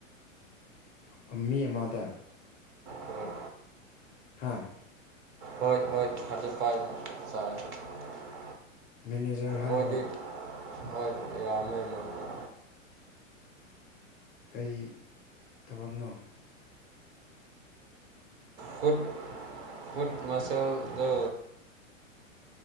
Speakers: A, on the left (about 20°); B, on the right (about 35°).
A: ꯑꯝꯃꯤ ꯑꯃꯥꯗꯥ
B: ꯍꯣꯏ
A: ꯍꯥꯥ
B: ꯍꯣꯏ <unintelligible>
A: ꯃꯦꯅꯦꯖꯔ ꯍꯥꯏꯕ꯭ꯔꯥ
B: ꯃꯣꯏꯗꯤ ꯍꯣꯏ ꯌꯥꯃꯦ ꯃꯔꯒ
A: ꯀꯩ ꯊꯕꯛꯅꯣ
B: ꯐꯨꯗ ꯐꯨꯠ ꯃꯥꯁꯦꯜꯗ